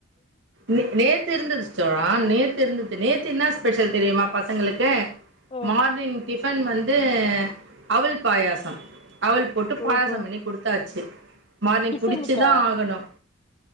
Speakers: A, on the right; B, on the left.
A: நே நேத்து இருந்தது தோழா நேத்து இருந்தது நேத்து என்னா ஸ்பெஷல் தெரியுமா பசங்களுக்கு
B: ஆ
A: மார்னிங் டிஃபன் வந்து அவுல் பாயாசம் அவுல் போட்டு
B: ஓஹோ
A: பாயசம் பண்ணி குடுத்தாச்சி மார்னிங்
B: டிஃபனுக்கா
A: குடிச்சிதான் ஆகணும்